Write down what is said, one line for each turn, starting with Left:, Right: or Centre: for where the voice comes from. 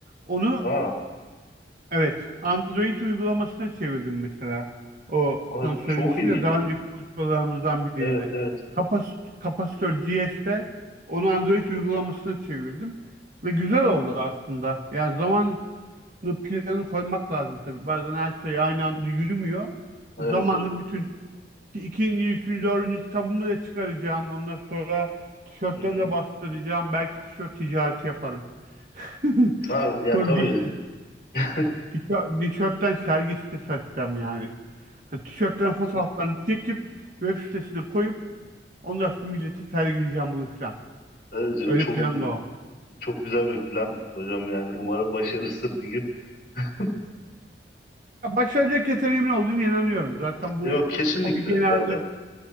Right: Onu
Left: Aa,
Right: Evet, Android uygulamasına çevirdim mesela. O
Left: aa,
Right: sana söylemiştim
Left: çok ilginç.
Right: ya daha önceki konuşmalarımızdan birinde.
Left: Evet evet.
Right: Kapas kapasitör GS'te onu Android uygulamasına çevirdim ve güzel oldu aslında. Yani zamanlı planı koymak lazım tabii. Bazen her şey aynı anda yürümüyor.
Left: Evet
Right: Zamanlı
Left: hocam.
Right: bütün ikinci, üçüncü, dördüncü kitabımı da çıkaracağım. Ondan sonra tişörtleri
Left: Hı hı.
Right: de bastıracağım. Belki tişört ticareti yaparım. <laughs>
Left: Ha, ya
Right: Sonra
Left: tabii.
Right: diş
Left: <laughs>
Right: Tişö- Tişörtten sergi sitesi açacağım yani. Hani tişörtlerin fotoğraflarını çekip web sitesine koyup ondan sonra milleti sergileyeceğim bunu filan.
Left: Evet,
Right: Öyle
Left: Çok
Right: planım da var.
Left: çok güzel bir plan hocam yani. Umarım başarısı bir gün. <laughs>
Right: Ya başaracak yeteneğimin olduğunu inanıyorum. Zaten bu
Left: Yok kesinlikle
Right: hobi genelde
Left: zaten.